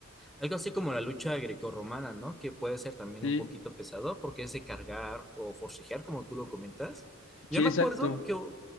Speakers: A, in the centre; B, on the left (about 65°).
A: algo así como la lucha grecorromana, ¿no? Que puede ser también
B: Sí,
A: un poquito pesado porque es de cargar o forcejear, como tú lo comentas. Yo
B: sí,
A: me
B: exacto.
A: acuerdo que, yo